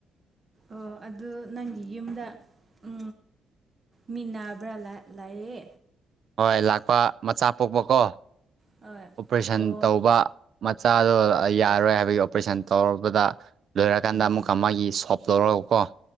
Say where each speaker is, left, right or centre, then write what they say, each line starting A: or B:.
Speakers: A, on the right; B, on the right.
A: ꯑꯣ ꯑꯗꯨ ꯅꯪꯒꯤ ꯌꯨꯝꯗ ꯎ ꯃꯤꯅꯥꯕ꯭ꯔꯥꯥ ꯂꯌꯦ
B: ꯍꯣꯏ ꯂꯥꯛꯄ ꯃꯆꯥ ꯄꯣꯛꯄꯀꯣ
A: ꯍꯣꯏ
B: ꯑꯣꯄꯔꯦꯁꯟ
A: ꯑꯣ
B: ꯇꯧꯕ ꯃꯆꯥꯗꯣ ꯌꯥꯔꯣꯏ ꯍꯥꯏꯕꯒꯤ ꯑꯣꯄꯔꯦꯁꯟ ꯇꯧꯔꯨꯔꯕꯗ ꯂꯣꯏꯔꯀꯥꯟꯗ
A: ꯑꯣ
B: ꯑꯃꯨꯛꯀ ꯃꯥꯒꯤ ꯁꯣꯞ ꯂꯧꯔꯒꯀꯣ